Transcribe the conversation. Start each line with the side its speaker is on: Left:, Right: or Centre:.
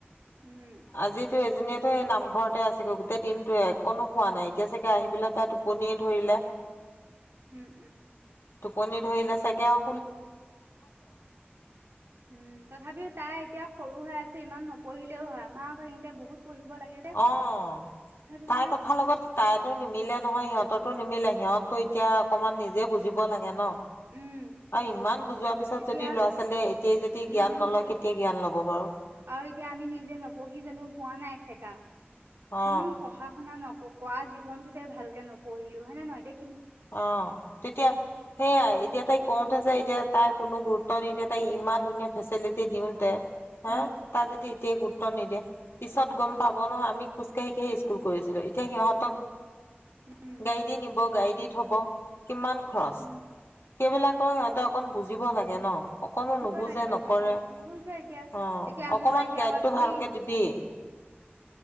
Right: উম
Left: আজিতো এজনীয়েতো এই নামঘৰতে আছে। গোটেই দিনটো এক অকণো শুৱা নাই এতিয়া চাগে আহি পেলাই তাই টোপনিয়ে ধৰিলে,
Right: উম
Left: টোপনি ধৰিলে চাগে আও
Right: হুম তথাপিও তাই এতিয়া সৰু হৈ আছে ইমান নপঢ়িলেও হয়, আমাৰ আকৌ ইহঁতে বহুত। পঢ়িব লাগে যে
Left: অ'
Right: সেইটোহে।
Left: তাইৰ কথাৰ লগত তাইতো নিমিলে নহয় সিহঁতৰতো নিমিলে সিহঁতটো এতিয়া অকমান নিজে বুজিব। লাগে ন?
Right: উম,
Left: আৰু ইমান বুজোৱাৰ পিছত
Right: এতিয়া
Left: যদি ল'ৰা ছোৱালীয়ে এতিয়াই যদি জ্ঞান
Right: নুবুজে
Left: নলয় কেতিয়া জ্ঞান ল'ব বাৰু
Right: আৰু এতিয়া আমি নিজে নপঢ়ি জানো পোৱা নাই সেকা।
Left: অ
Right: উম পঢ়া শুনা নক কৰা জীৱনতোতে ভালকে নপঢ়িলো হয়নে নহয়। দে
Left: অ' তেতিয়া সেইয়াই এতিয়া। তাই ক'ত আছে এতিয়া। তাই কোনো গুৰুত্ব নিদিয়ে। তাই ইমান ধুনীয়া ফেচেলিটি দিওতে হা,
Right: উম
Left: তাৰ যদি এতিয়াই গুৰুত্ব নিদিয়ে, পিছত গম পাব নহয় আমি খোজ কাঢ়ি কাঢ়ি স্কুল কৰিছিলো । এতিয়া সিহত গাড়ী অ'
Right: উম
Left: গাড়ী দি নিব গাড়ী দি হ'ব কিমান খৰচ,
Right: উম
Left: সেইবিলাকৰ
Right: উম
Left: সিহঁতে অকণ বুজিব লাগে ন অকনো
Right: বুজিব
Left: নুবুজে
Right: লাগে
Left: নকৰে
Right: সেয়াই নুবুজে এতিয়া
Left: অ
Right: এতিয়া
Left: অকমান
Right: মই এতিয়া
Left: গাইডটো
Right: দৈ
Left: ভালকে দিবি।